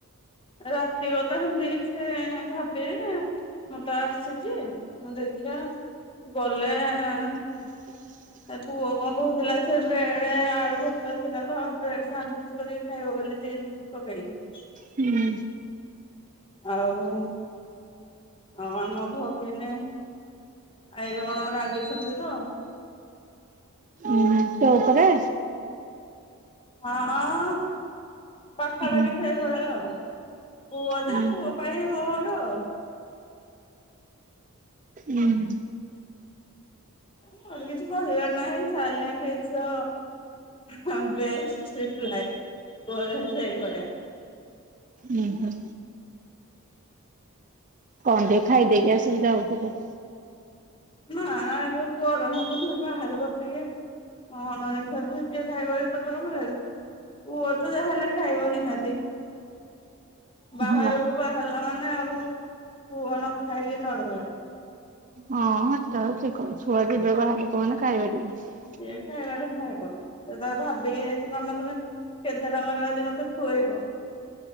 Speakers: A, on the left (about 25°); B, on the right (about 35°).
A: ରାତି କଥା ସେମିତି କିଛି ଭାବିନି। ମୁଁ ତ ଆସିଛି। ହଁ ଦେଖିବା ଗଲେ ଏଁ
B: ହୁଁ।
A: ଏ ପୁଅ କଣ କହୁଥିଲା ସେ ବ୍ରେଡ ଆଳୁ ଭର୍ତ୍ତା ଥିଲା ତ ଆଉ ବ୍ରେଡ୍ ସାଣ୍ଡୁଇଚ୍ କରିକି ଖାଇବ ବୋଲି ଚିଜ୍ ଫିଜ୍ ପକେଇକି।
B: ହୁଁ।
A: ଆଉ ଅଁ ଆମ ଭଗିନି ଆଇରେ କଣ ରାଗିଛନ୍ତି ତ।
B: ଉଁ ତୋ ଉପରେ?
A: ହଁ ପାଖାପାଖି
B: ଉଁ ଉଁ
A: ସେଇଭଳିଆ ଆଉ। ପୁଅ ଯେ
B: ଉଁ
A: ପୁଅ ପାଇଁ ମୋର ଆଉ।
B: ଉଁହୁଁ।
A: ମୋର କିଛି କହିବାର ନାହିଁ ସାଇଲେଣ୍ଟ ଇଜ୍ ଦ ହଁ ବେଷ୍ଟ ରିପ୍ଲାଏ କୁହ <unintelligible> ସେଇଭଳିଆ।
B: ଉଁହୁଁ। କଣ ଟିକେ ଖାଇଦେଇକି ଆସିବୁ ଯାଉଛୁ ତ।
A: ନା ଏଇ ଯୋଉ ଗରମକୁ ମୁଁ ସେ ବାହାରେ ବସିକି ଅଣନିଃଶ୍ବାସୀ କିଏ ଖାଇବ ଏତେ ଗରମରେ। ପୁଅ ତ ଯାହାହେଲେ ଖାଇବ ନିହାତି। ବାହାରୁକୁ
B: ହଁ।
A: ବାହାରିଲା ମାନେ ଆଉ ପୁଅ ନ ଖାଇକି ନ ରହେ।
B: ହଁ <unintelligible> ଛୁଆ ଯିବେ ବାହାରୁକୁ ମାନେ ଖାଇବେ ଟିକେ।
A: ସିଏ ଖାଇବା ଟା ଖାଇବ। ସେ ତାର ଭାବିକି ଯାଇଛି ମାମା ତମେ କେତେ ଟଙ୍କାର ଆଜି ମତେ ଖୁଏଇବ?